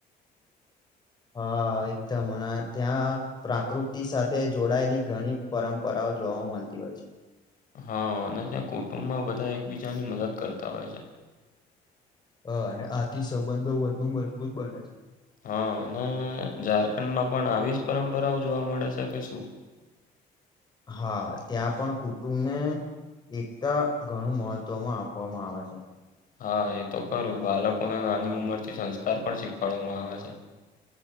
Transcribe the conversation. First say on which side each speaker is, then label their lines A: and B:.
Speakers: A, on the left; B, on the left.
A: હા એકદમ અને ત્યાં પ્રાકૃતિ સાથે જોડાયેલી ઘણી પરંપરાઓ જોવા મળતી હોય છે
B: હા અને ત્યાં કુટુંબમાં બધા એકબીજાની મદદ કરતા હોય છે
A: હા અને આથી સંબંધો વધુ મજબૂત બને છે
B: હા અને ઝારખંડમાં પણ આવી જ પરંપરાઓ જોવા મળે છે કે શું
A: હા ત્યાં પણ કુટુંબ ને એકતા ઘણું મહત્વમાં આપવામાં આવે છે
B: હા એ તો ખરું બાળકોને નાની ઉંમર થી સંસ્કાર પણ શીખવાડવામાં આવે છે